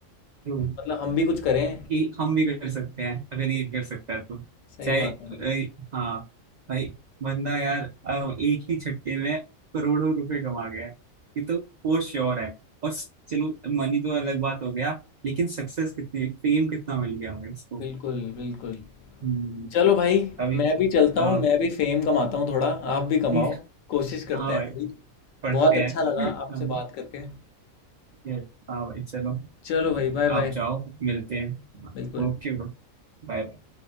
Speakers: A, on the right; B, on the left.
A: ट्रू
B: मतलब हम भी कुछ करें
A: कि हम भी कर सकते हैं अगर ये कर सकता है तो
B: सही
A: चाहे
B: बात है
A: अ, हाँ भाई बंदा यार अब एक ही झटके में करोड़ों रुपए कमा गया है ये तो फॉर श्योर है और स- चलो मनी तो अलग बात हो गया लेकिन सक्सेस कितनी फेम कितना मिल गया भाई इसको
B: बिल्कुल बिल्कुल
A: हम्म,
B: चलो भाई
A: अभी
B: मैं भी चलता
A: हाँ
B: हूँ मैं भी फेम कमाता हूँ थोड़ा आप भी कमाओ
A: <laughs>
B: कोशिश करते
A: हाँ भाई
B: हैं हम भी
A: पढ़ते
B: बहुत
A: हैं
B: अच्छा लगा आपसे
A: हाँ
B: बात करके
A: ये- हाँ भाई चलो
B: चलो भाई बाय बाय
A: आप जाओ मिलते हैं
B: बिल्कुल
A: Okay bro bye